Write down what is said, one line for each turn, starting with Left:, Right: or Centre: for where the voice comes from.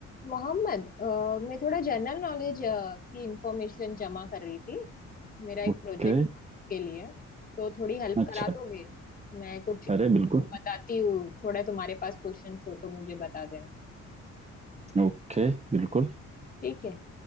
Left: मोहम्मद अ, मैं थोड़ा जनरल नॉलेज की इंफॉर्मेशन जमा कर रही थी मेरा एक
Right: ओके
Left: प्रोजेक्ट था के लिए तो थोड़ी हेल्प
Right: अच्छा
Left: करा दोगे मैं कुछ
Right: अरे बिल्कुल
Left: बताती हूँ थोड़ा तुम्हारे पास क्वेश्चंस हो तो मुझे बता देना
Right: ओके बिल्कुल
Left: ठीक है